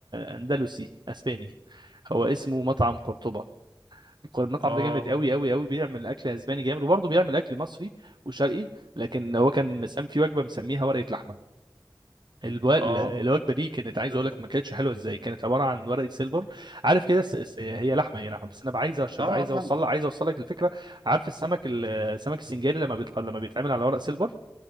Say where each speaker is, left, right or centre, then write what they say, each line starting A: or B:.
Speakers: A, on the right; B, on the right.
A: آه، أندلسي أسباني هو اسمه مطعم قرطبة المطعم
B: اه
A: ده جامد قوي قوي قوي بيعمل اكل اسباني جامد وبرضه بيعمل اكل مصري وشرقي لكن هو كان مسام في وجبه مسميها ورقه لحمه الو-
B: اه
A: الوجبه دي كانت عايز
B: حلو
A: اقول لك
B: ده
A: ما كانتش حلوه ازاي كانت عباره عن ورقه سيلفر عارف كده الس- الس- هي لحمه هي لحمه بس انا عايز أش-
B: اه
A: عايز
B: فاهم
A: اوصل عايز اوصل لك الفكره عارف السمك ال- السمك السنجاري لما بيتح... لما بيتعمل على ورق سيلفر